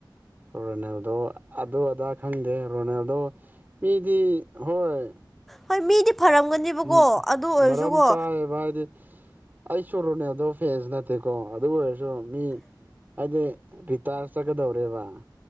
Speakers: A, on the right; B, in the centre.
A: ꯔꯣꯅꯦꯜꯗꯣ ꯑꯗꯨ ꯑꯗꯥ ꯈꯪꯗꯦ ꯔꯣꯅꯦꯜꯗꯣ ꯃꯤꯗꯤ ꯍꯣꯏ
B: ꯍꯣꯏ ꯃꯤꯗꯤ ꯐꯔꯝꯒꯅꯦꯕꯀꯣ
A: ꯎꯝ
B: ꯑꯗꯨ ꯑꯣꯏꯔꯁꯨꯀꯣ
A: ꯃꯔꯝ ꯆꯥꯏꯌꯦꯕ ꯍꯥꯏꯗꯤ ꯑꯩ ꯁꯨꯔꯨꯅꯦ ꯑꯗꯣ ꯐꯦꯟꯁ ꯅꯠꯇꯦꯀꯣ ꯑꯗꯨ ꯑꯣꯏꯔꯁꯨ ꯃꯤ ꯍꯥꯏꯗꯤ ꯔꯤꯇꯥꯔ ꯆꯠꯀꯗꯧꯔꯦꯕ